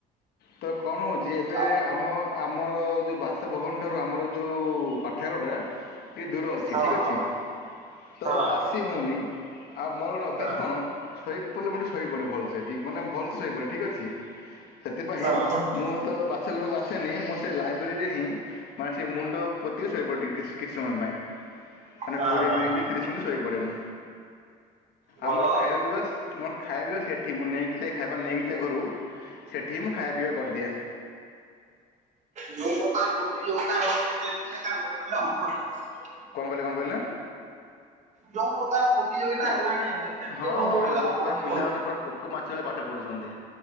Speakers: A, on the left (about 70°); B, on the right (about 45°).
A: ତ କଣ ହେଉଛି ଏବେ
B: ହଁ
A: ଆମ ଆମର ଯେଉଁ ବାସଭବନ ଠାରୁ ଆମର ଯେଉଁ ପାଠାଗାରଟା ଟିକଏ ଦୂର ଅଛି।
B: ହଁ
A: ଠିକ ଅଛି, ତ
B: ହଁ
A: ଆସି ଆସି ହଉନି, ଆଉ ମୋର ଗୋଟେ ଅଭ୍ୟାସ
B: ହଁ ହଁ
A: କଣ ଶୋଇ ପଡ଼ିଲେ ପୁଣି ଶୋଇ ପଡେ ଭଲସେ କ ମାନେ ଭଲ ସେ ଶୋଇ ପଡେ ଠିକ୍ ଅଛି। ସେଥିପାଇଁ
B: ହଁ ହଁ
A: ମୁଁ ତ ବାସଗୃହକୁ ଆସେନି, ମୁଁ ସେ ଲାଇବ୍ରେରୀରେ ହିଁ ମାନେ ସେ ମୁଣ୍ଡ ପୋତି ଶୋଇପଡେ ଟିକେ କିଛି ସମୟ ପାଇଁ। ମାନେ
B: ହଁ
A: କୋଡିଏ
B: ହଁ
A: ମିନିଟ୍
B: ହଁ
A: ତିରିଶ ମିନିଟ୍ ଶୋଇ ପଡ଼େ ମୁଁ,
B: ଭଲ
A: ଆମର
B: ଆଉ।
A: ଖାଇବା ପିିବା ମୋର ଖାଇବା ସେଠି ମୁଁ ନେଇକି ଯାଏ ଖାଇବା ନେଇକି ଯାଏ ଘରୁ, ସେଇଠି ମୁଁ ଖାଇବା ପିଇବା କରିଦିଏ।
B: ଯଉଁ ପ୍ରକାର ପ୍ରତିଯୋଗିତା ହୋଉଛି ବ୍ୟକ୍ତି ଏକା ନ ପଢ଼ିଲେ ହବନି।
A: କଣ କହିଲେ କଣ କହିଲେ?
B: ଯୋଉ ପ୍ରକାର ପ୍ରତିଯୋଗିତା ହେଲାଣି ଏବେ ସେମିତି
A: ହଁ
B: ନ
A: ହଁ
B: ପଢିଲେ
A: ଯେଉଁ
B: ହବନି
A: ପ୍ରକାର ପିଲାମାନେ
B: କହୁଛି।
A: ପୁରା ପୋକ ମାଛି ପରିକା ପାଠ ପଢ଼ୁଛନ୍ତି।